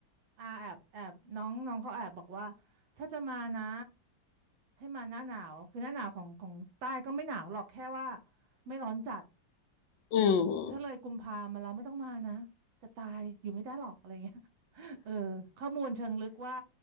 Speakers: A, on the right; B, on the left.
A: อาแอบแอบน้องน้องเขาแอบบอกว่าถ้าจะมานะให้มาหน้าหนาวคือหน้าหนาวของของใต้ก็ไม่หนาวหรอกแค่ว่าไม่ร้อนจัด
B: อืม
A: ถ้าเลยกุมภามาแล้วไม่ต้องมานะจะตายอยู่ไม่ได้หรอกอะไรเงี้ยเออข้อมูลเชิงลึกว่า